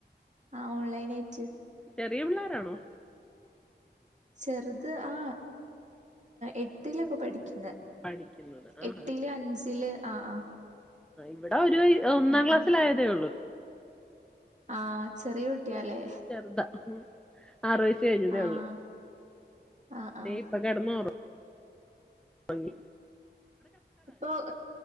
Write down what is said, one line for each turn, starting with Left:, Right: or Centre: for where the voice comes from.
Right: ആ ഓൺലൈൻ ആയിറ്റ്.
Centre: ചെറിയ പിള്ളാരാണോ
Right: ചെറുത് ആ എട്ടിലാ പഠി ക്കിന്ന
Centre: പഠിക്കുന്നത് ആഹ്
Right: എട്ടില് അഞ്ചില് ആ ആ
Centre: ഇവിട ഒരു ഒന്നാം
Right: ഉം
Centre: ക്ലാസ്സിലായതേള്ളൂ
Right: ഉം ആ ചെറിയ കുട്ടിയാല്ലേ
Centre: ചെറുതാ ആറു വയസ്സു കഴിഞ്ഞതേ
Right: ആഹ്
Centre: ഉള്ളു
Right: ആഹ് ആഹ്
Centre: ദേ ഇപ്പൊ കിടന്നു ഒറ- ഉറങ്ങി
Right: അപ്പൊ